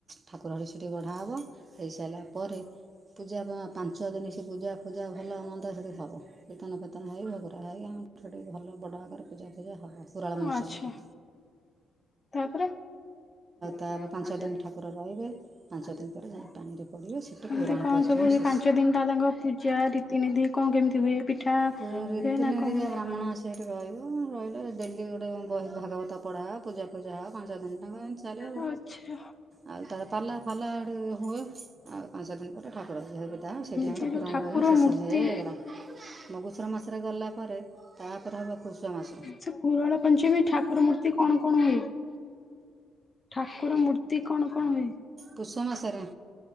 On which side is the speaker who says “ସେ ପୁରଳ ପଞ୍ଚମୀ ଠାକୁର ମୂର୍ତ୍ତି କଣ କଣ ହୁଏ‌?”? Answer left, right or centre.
Left